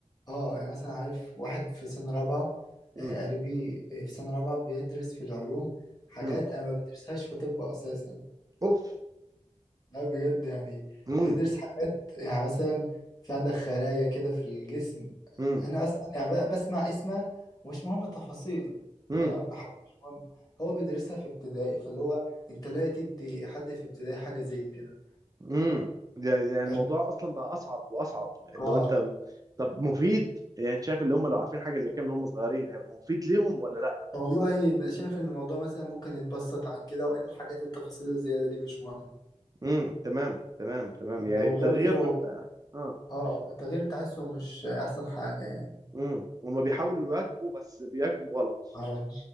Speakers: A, on the left (about 30°); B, on the right (about 30°).
A: اه يعني مثلا عارف واحد في سنة رابعة
B: امم
A: آه، قريبي في سنة رابعة بيدرس في العلوم حاجات
B: امم
A: انا ما بدرسهاش في طب اساسا
B: اوف
A: لا بجد يعني
B: امم
A: بيدرس حاجات يعني مثلا في عندك خلايا كده في الجسم
B: امم
A: انا اصلا يعني بقى بسمع اسمه ومش مهم التفاصيل
B: امم
A: تمام حاجة مش مهم هو بيدرسها في ابتدائي فاللي هو انت لا تدي حد في ابتدائي حاجه زي كده
B: امم يعني يعني الموضوع
A: اه
B: اصلا بقى اصعب واصعب لو
A: آه.
B: انت طب مفيد يعني انت شايف اللي هم لو عارفين حاجه زي كده من هم صغيرين هيبقى مفيد ليهم ولا لا
A: والله شايف ان الموضوع مثلا ممكن يتبسط عن كده وان الحاجات التفاصيل الزياده دي مش مهمه
B: امم تمام تمام تمام
A: آه،
B: يعني
A: وبرضه
B: التغيير بيبقى اه
A: اه التغيير تحسه مش احسن حاجه يعني
B: امم هم بيحاولوا يواكبوا بس بيواكبوا غلط
A: اه